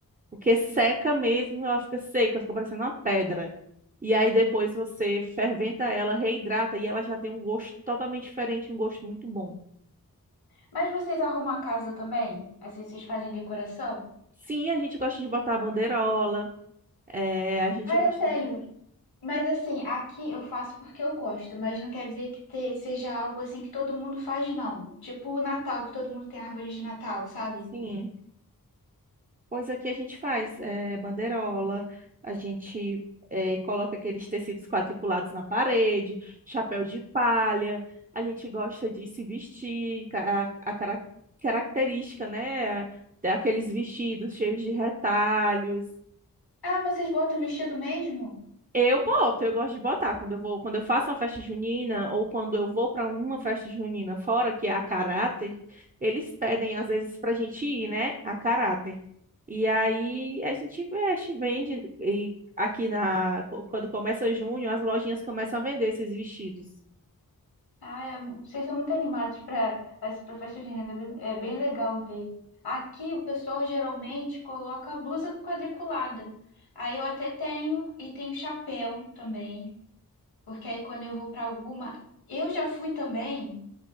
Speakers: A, on the right; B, on the left.
A: Porque seca mesmo, ela fica seca, fica parecendo uma pedra. E aí depois você ferventa ela, reidrata e ela já tem um gosto totalmente diferente, um gosto muito bom.
B: Mas vocês arrumam a casa também? Assim, vocês fazem decoração?
A: Sim, a gente gosta de botar a bandeirola, é, a gente
B: Ah,
A: gosta
B: eu tenho.
A: de...
B: Mas assim, aqui eu faço porque eu gosto, mas não quer dizer que te- seja algo assim que todo mundo faz, não. Tipo o Natal, que todo mundo tem árvore de Natal, sabe?
A: Sim. Pois aqui a gente faz eh, banderola, a gente eh, coloca aqueles tecidos quadriculados na parede, chapéu de palha, a gente gosta de se vestir, ca- a, a cara- característica, né? Tem aqueles vestidos cheios de retalhos,
B: Ah, vocês botam vestido mesmo?
A: eu boto, eu gosto de botar quando eu vou, quando eu faço uma festa junina ou quando eu vou para uma festa junina fora, que é a caráter, eles pedem às vezes pra gente ir, né, a caráter. E aí a gente veste, vende e aqui na co- quando começa junho, as lojinhas começam a vender esses vestidos.
B: Ah, é, vocês estão muito animados para para festa junina, é bem é bem legal ver. Aqui o pessoal geralmente coloca blusa quadriculada. Aí eu até tenho e tenho chapéu também, porque aí quando eu vou para alguma, eu já fui também